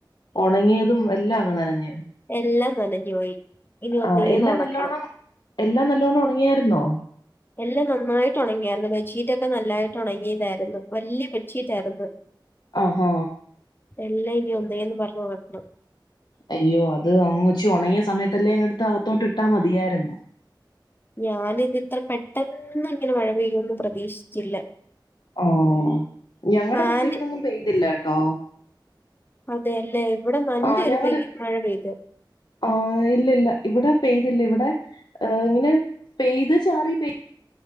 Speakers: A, on the left; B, on the left.
A: ഒണങ്ങിയതും എല്ലാം അങ്ങ് നനഞ്ഞ്
B: എല്ലാം നനഞ്ഞു പോയി. ഇനി
A: ആഹ്
B: ഒന്നേന്ന്
A: എല്ലാം
B: ഉണക്കണം
A: നല്ലോണ്ണം എല്ലാം നല്ലോണം ഒണങ്ങിയായിര്ന്നോ?
B: എല്ലാം നന്നായിട്ട് ഒണങ്ങിയായിര്ന്നു ബെഡ്ഷീറ്റൊക്കെ നല്ലായിട്ട് ഒണങ്ങിയതായിരുന്നു വെല്ല്യ ബെഡ്ഷീറ്റായിരുന്നു.
A: ആഹ
B: എല്ലാം ഇനി ഒന്നേന്ന് പർഞ്ഞ് ഒണക്കണം.
A: അയ്യോ അത് ഒന്നിച്ചു ഒണങ്ങിയ സമയത്തല്ലേ ഇട്ത്ത് അകത്തോട്ട്ട്ടാ മതിയായിര്ന്നു.
B: ഞാനിതിത്രെ പെട്ടെന്ന് ങ്ങനെ മഴ പെയ്യുന്ന് പ്രതീക്ഷിച്ചില്ല.
A: ആഹ് ഞങ്ങടെ
B: ഫാൻ
A: പക്ഷെ ഇവടൊന്നും പെയ്തില്ല ട്ടോ.
B: അതെല്ലെ ഇവടെ നല്ലൊരു
A: ആഹ് ഞങ്ങടെ
B: പെയ് മഴ പെയ്തു.
A: ആഹ് ഇല്ലല്ല ഇവടെ പെയ്തില്ല ഇവടെ ഇങ്ങനെ പെയ്ത് ചാറി പെയ്